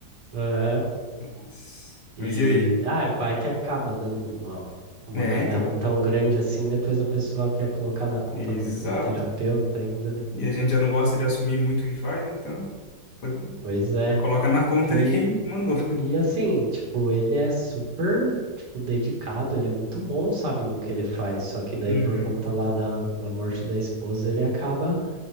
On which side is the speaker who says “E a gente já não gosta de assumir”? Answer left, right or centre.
Left